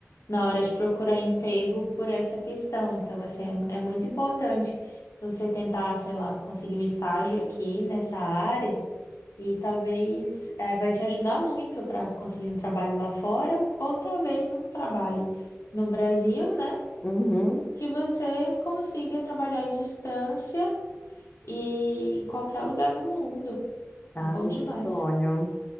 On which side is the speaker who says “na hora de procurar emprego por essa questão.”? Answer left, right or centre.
Left